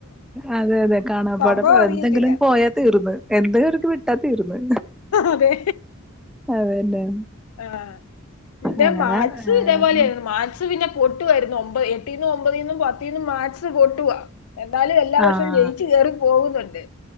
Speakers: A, in the centre; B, on the left.
A: അതെ അതെ കാണാപാഠ
B: സംഭവം അറിയത്തില്ല
A: എന്തെങ്കിലും പോയാ തീർന്ന് എന്തേ എട വി ട്ടാ തീർന്ന്
B: അതെ
A: അതന്നെ
B: ആഹ് പിന്നെ
A: അങ്ങനെ
B: മാച്ച്
A: ഏഹ്
B: ഇതേപോലെന്ന് മാച്ച് ത് പിന്നെ പൊട്ടുവായിര്ന്നു ഒമ്പ് എട്ടീന്നു ഒമ്പതീന്നു പത്തീന്നും മാ ക്സ് പൊട്ടുവാ എന്നാലും എല്ലാ വർഷം
A: ആഹ്
B: ജയിച്ച് കേറി പോകുന്ന്ണ്ട്